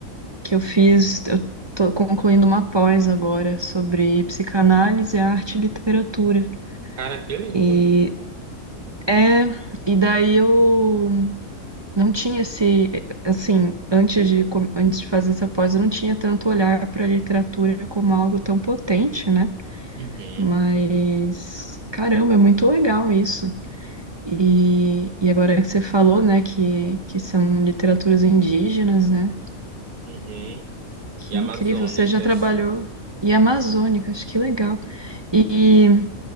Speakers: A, on the right; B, on the right.
A: que eu fiz, eu tô concluindo uma pós agora sobre psicanálise, arte e literatura.
B: Cara, que lindo.
A: E é, e daí eu não tinha esse, assim, antes de com- antes de fazer essa pós, eu não tinha tanto olhar para a literatura como algo tão potente, né?
B: Uhum.
A: Mas caramba, é muito legal isso. E, e agora que você falou, né, que, que são literaturas indígenas, né?
B: Uhum.
A: Que
B: E amazônicas.
A: incrível, você já trabalhou em Amazônicas, que legal. E